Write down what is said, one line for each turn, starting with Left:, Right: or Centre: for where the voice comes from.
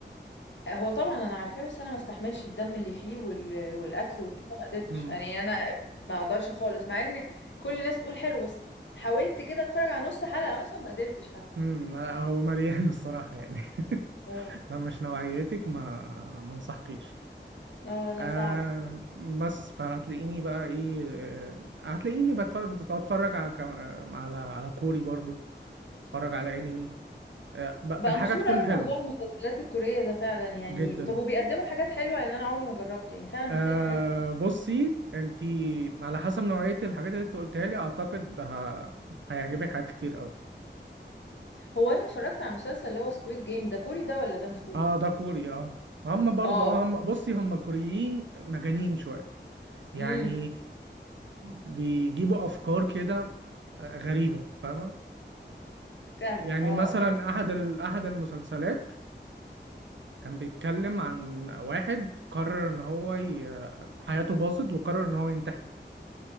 Left: هو طبعا انا عارفاه بس انا ما استحملش الدم اللي فيه وال... والقتل وكده ما قدرتش
Right: امم
Left: يعني انا ما اقدرش خالص مع ان كل الناس تقول حلو بس حاولت كده اتفرج على نص حلقة مثلا ما قدرتش حتى
Right: امم لا، هو مليان الصراحة يعني <laughs>
Left: اه
Right: لو مش نوعيتك ما ما انصحكيش
Left: اه لا
Right: آه
Left: صعب
Right: بس فهتلاقيني بقى ايه آه، هتلاقيني بتفرج بتفرج على كم- آه، على على كوري برضو بتفرج على انمي آه ب-
Left: بقى
Right: الحاجة
Left: مشهور
Right: تكون
Left: قوي
Right: حلوة
Left: موضوع المسلسلات الكورية ده فعلا يعني
Right: جدا
Left: طب وبيقدموا حاجات حلوة لان انا عمري ما جربت يعني فعلا
Right: آه
Left: بتلاقي حاجات
Right: بصي انتي على حسب نوعية الحاجات اللي انت قلتها لي اعتقد ه... هيعجبك حاجات كتير قوي
Left: هو انا اتفرجت على مسلسل اللي هو سكويد جيم ده كوري ده ولا ده مش كوري
Right: اه ده كوري اه هم برضو
Left: اه
Right: اه هم بصي هم الكوريين مجانين شوية يعني
Left: امم
Right: بيجيبوا افكار كده آه، غريبه فاهمه
Left: فعلا
Right: يعني
Left: اه
Right: مثلا احد ال... احد المسلسلات كان بيتكلم عن واحد قرر ان هو ي... حياته باظت وقرر ان هو ينتحر